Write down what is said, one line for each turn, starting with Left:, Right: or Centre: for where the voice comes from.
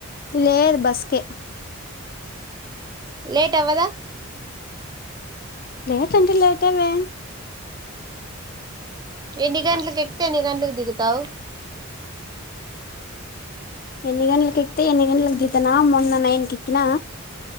Left: లేదు బస్కే
Right: లేట్ అవ్వదా
Left: లేట్ అంటె లేట్వే
Right: ఎన్ని గంటలకి ఎక్తే ఎన్ని గంటలక్ దిగుతావు
Left: ఎన్ని గంటలకి ఎక్తే ఎన్ని గంటలకి దితనా మొన్న నైన్కి ఎక్కినా